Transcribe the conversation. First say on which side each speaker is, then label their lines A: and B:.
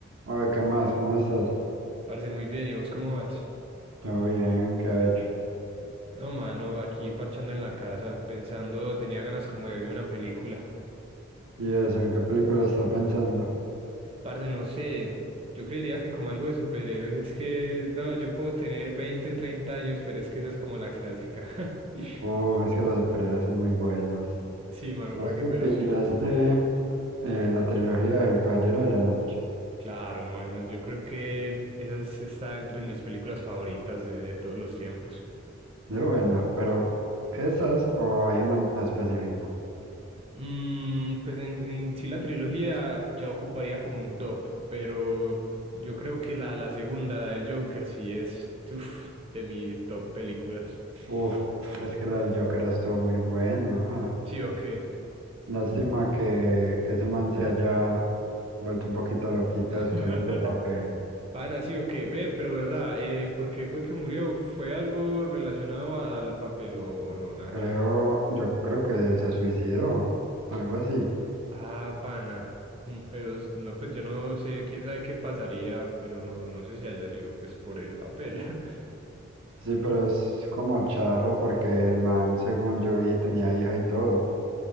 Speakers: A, on the right; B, on the right.
A: Oye, ¿qué más? ¿Cómo estás?
B: Parce, muy bien, ¿y vos cómo vas?
A: Todo bien, ¿qué ha hecho?
B: No, mano, aquí parchando en la casa, pensando, tenía ganas como de ver una película.
A: ¿Y eso? ¿En qué película está pensando?
B: Parce, no sé, yo creería que como algo de superhéroes, es que, no, yo puedo tener 20 30 años, pero es que esa es como la clásica. <laughs>
A: Uh, es que los superhéroes son muy buenos.
B: Sí, mano,
A: Vos
B: para qué,
A: te
B: pero sí.
A: pillaste eh, la trilogía del Caballero de la Noche.
B: Claro, mano, yo creo que esa es- está entre mis películas favoritas de, de todos los tiempos.
A: De buena, pero ¿esas o hay una en específico?
B: Mm, pues en, en sí la trilogía ya ocuparía como un top, pero yo creo que la, la segunda, la del Joker, sí es uf, de mis top películas.
A: Uf, es que la del Joker estuvo muy buena. ajá.
B: ¿Sí o qué?
A: Lástima que, que ese man se haya vuelto un poquito loquito
B: <laughs>
A: después de ese papel.
B: Pana, sí o qué, ve, pero verdad, eh, ¿por qué fue que murió? ¿Fue algo relacionado a- al papel o, o no? Nada
A: Creo,
B: que ver.
A: yo creo que se suicidó, algo así.
B: Ah, pana. Mm, Pero s- no, pues yo no sé, quién sabe qué pasaría, pero no, no sé si haya sido pues por el papel. <laughs>
A: Sí, pero es como charro porque el man, según yo vi, tenía hija y todo.